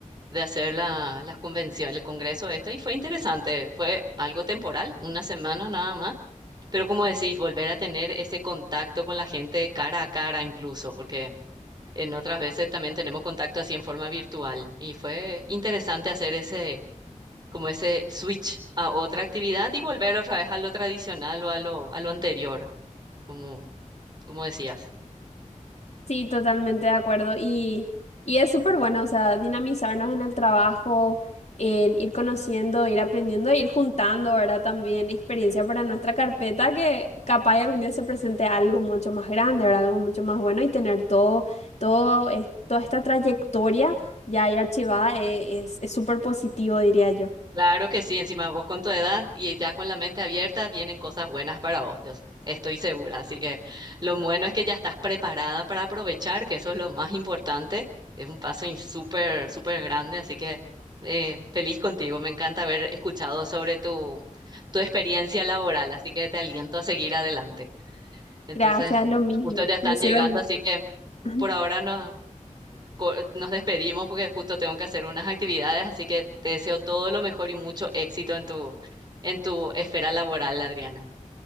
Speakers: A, on the right; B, on the left.
A: de hacer la, las convenciones, el congreso, esto, y fue interesante, fue algo temporal, una semana nada más, pero como decís, volver a tener ese contacto con la gente cara a cara incluso, porque en otras veces también tenemos contacto así en forma virtual, y fue interesante hacer ese como ese switch a otra actividad y volver otra vez a lo tradicional o a lo, a lo anterior, como, como decías.
B: Sí, totalmente de acuerdo. Y, y es súper bueno, o sea, dinamizarnos en el trabajo, en ir conociendo, ir aprendiendo, e ir juntando, ¿verdad? También experiencia para nuestra carpeta, que capaz y algún día se presente algo mucho más grande, ¿verdad? Algo mucho más bueno y tener todo, todo, es- toda esta trayectoria ya ahí archivada eh, es, es súper positivo, diría yo.
A: Claro que sí, encima vos con tu edad y ya con la mente abierta vienen cosas buenas para vos, yo estoy segura. Así que lo bueno es que ya estás preparada para aprovechar, que eso es lo más importante. Es un paso in- súper, súper grande, así que eh, feliz contigo. Me encanta haber escuchado sobre tu, tu experiencia laboral, así que te aliento a seguir adelante. Entonces,
B: Gracias, lo mismo.
A: justo ya están
B: Me sirve
A: llegando,
B: mucho.
A: así que
B: <laughs>
A: por ahora nos, co- nos despedimos porque justo tengo que hacer unas actividades, así que te deseo todo lo mejor y mucho éxito en tu, en tu esfera laboral, Adriana.